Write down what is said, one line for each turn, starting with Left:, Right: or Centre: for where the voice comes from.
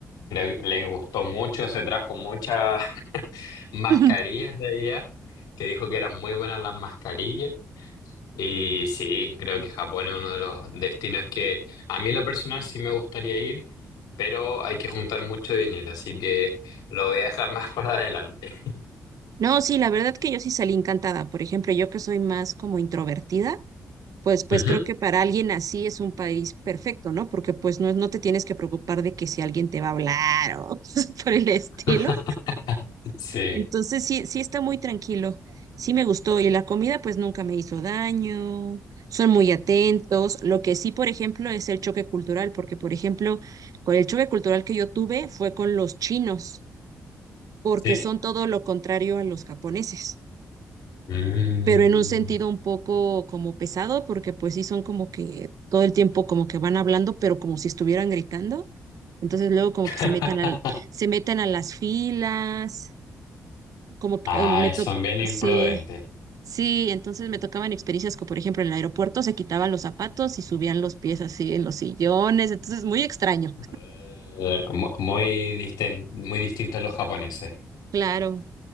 Left: creo que le gustó mucho, se trajo muchas <laughs> mascarillas
Right: <laughs>
Left: de allá, que dijo que eran muy buenas las mascarillas. Y sí, creo que Japón es uno de los destinos que a mí en lo personal sí me gustaría ir, pero hay que juntar mucho dinero, así que lo voy a dejar <laughs> más para adelante.
Right: No, sí, la verdad que yo sí salí encantada. Por ejemplo, yo que soy más como introvertida, pues, pues
Left: Ujú.
Right: creo que para alguien así es un país perfecto, ¿no? Porque pues no, no te tienes que preocupar de que si alguien te va a hablar o <laughs> cosas por el estilo.
Left: <laughs> Sí,
Right: Entonces sí, sí está muy tranquilo. Sí me gustó. Y la comida pues nunca me hizo daño. Son muy atentos. Lo que sí, por ejemplo, es el choque cultural, porque por ejemplo, con el choque cultural que yo tuve fue con los chinos, porque
Left: sí.
Right: son todo lo contrario a los japoneses,
Left: Mm.
Right: pero en un sentido un poco como pesado, porque pues sí son como que todo el tiempo como que van hablando, pero como si estuvieran gritando. Entonces luego como
Left: <laughs>
Right: que se metan al, se meten a las filas, como que
Left: Ah,
Right: eh, me tocó,
Left: son bien imprudentes.
Right: sí. Sí, entonces me tocaban experiencias como, por ejemplo, en el aeropuerto se quitaban los zapatos y subían los pies así en los sillones, entonces muy extraño.
Left: Eh, mu- Muy, disten- muy distintos a los japoneses.
Right: Claro.